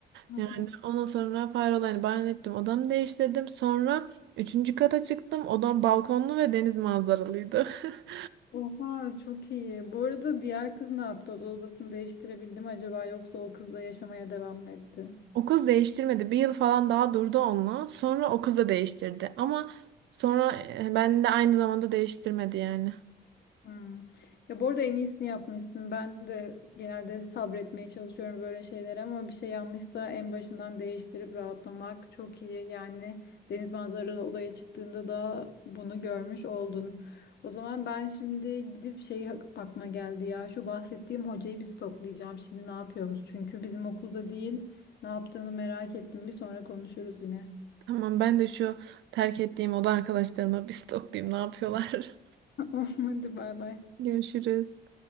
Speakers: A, on the left; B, on the right.
A: hı
B: Yani
A: hı.
B: ondan sonra fare olayını bahane ettim. Odamı değiştirdim. Sonra üçüncü kata çıktım. Odam balkonlu ve deniz manzaralıydı. <laughs>
A: Oha çok iyi. Bu arada diğer kız ne yaptı? O da odasını değiştirebildi mi acaba yoksa o kızla yaşamaya devam mı etti?
B: O kız değiştirmedi. Bir yıl falan daha durdu onunla. Sonra o kız da değiştirdi. Ama sonra e, ben de aynı zamanda değiştirmedi yani.
A: Hmm. Ya bu arada en iyisini yapmışsın. Ben de genelde sabretmeye çalışıyorum böyle şeylere ama bir şey yanlışsa en başından değiştirip rahatlamak çok iyi. Yani deniz manzaralı odaya çıktığında da bunu görmüş oldun. O zaman ben şimdi gidip şey ak- aklıma geldi ya. Şu bahsettiğim hocayı bir stoklayacağım. Şimdi ne yapıyoruz? Çünkü bizim okulda değil. Ne yaptığını merak ettim. Bir sonra konuşuruz yine.
B: Tamam ben de şu terk ettiğim oda arkadaşlarıma bir stoklayayım ne yapıyorlar.
A: <laughs> Hadi bay bay.
B: <laughs> Görüşürüz.